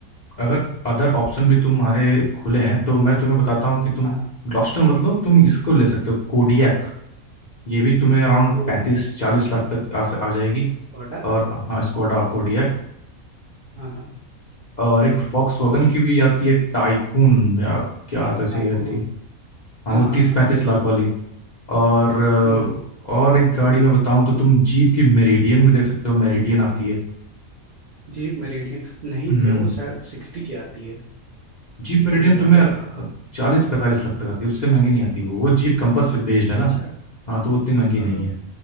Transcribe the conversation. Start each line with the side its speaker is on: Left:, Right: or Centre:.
Left: अगर अदर ऑप्शन भी तुम्हारे खुले हैं तो मैं तुम्हें बताता हूँ कि तुम
Right: हाँ हाँ
Left: ग्लॉस्टर मतलब तुम इसको ले सकते हो कोडियक ये भी तुम्हें अराउंड
Right: कोड
Left: पैंतीस
Right: ये है
Left: चालीस लाख तक आ, आ जाएगी
Right: स्कोडा
Left: और हाँ स्कोडा कोडियक
Right: हाँ हाँ
Left: और एक फॉक्स वॉगन की भी आती है टाइकून या क्या तो ऐसी
Right: टाइकून
Left: ही आती है हाँ
Right: हाँ
Left: वो
Right: हाँ
Left: तीस
Right: हाँ
Left: पैंतीस
Right: टाइकून
Left: लाख वाली
Right: ही।
Left: और अ,
Right: हम्म
Left: और एक गाड़ी में बताऊं तो तुम जीप की मेरिडियन भी देख सकते हो मेरिडियन आती है
Right: Jeep Meridian नहीं
Left: हम्म
Right: भैया वो शायद सिक्सटी की आती है
Left: जीप
Right: वो
Left: मेरिडियन
Right: थोड़ी ज्यादा
Left: तुम्हें
Right: ही हो जाएगी
Left: चालीस पैंतालीस लाख तक आती है उससे महंगी नहीं आती वो वो जीप कंपास पे बेस्ड है ना
Right: अच्छा
Left: हाँ तो वो उतनी महंगी
Right: ओ
Left: नहीं है